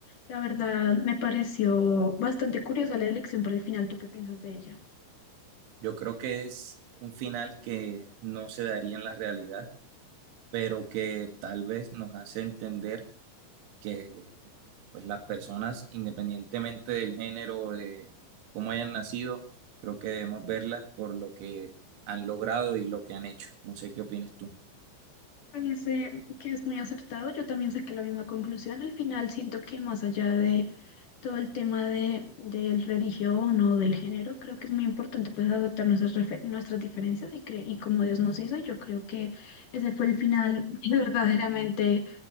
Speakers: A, on the left; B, on the right.
A: La verdad me pareció bastante curiosa la elección para el final. ¿Tú qué piensas de ella?
B: Yo creo que es un final que no se daría en la realidad pero que tal vez nos hace entender que pues, las personas, independientemente del género o de cómo hayan nacido, creo que debemos verlas por lo que han logrado y lo que han hecho. No sé qué opinas tú.
A: Me parece que es muy acertado. Yo también saqué la misma conclusión. Al final siento que más allá de todo el tema de, del religión o del género, creo que es muy importante pues aceptar nuestras, refe- nuestras diferencias y, cre- y como Dios nos hizo, yo creo que ese fue el final <laughs> que verdaderamente